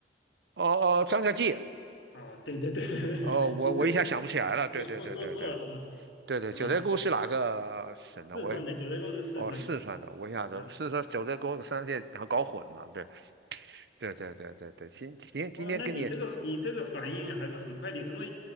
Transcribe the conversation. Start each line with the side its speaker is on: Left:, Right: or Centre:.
Right: 哦哦，张家界
Left: 啊，对对对对对，
Right: 哦，
Left: <laughs>
Right: 我我一下想不起来了。
Left: 你是
Right: 对对对对对
Left: 说说说错了啊
Right: 对对，
Left: 啊，
Right: 九寨沟是哪个省的？
Left: 四川的九寨沟是四川的
Right: 我也不哦，四川的。我一下子四川九寨沟三三线还搞混了。
Left: 啊，
Right: 对对对对对对，今今天今天跟你
Left: 哇，那你这个你这个反应还是很快，你怎么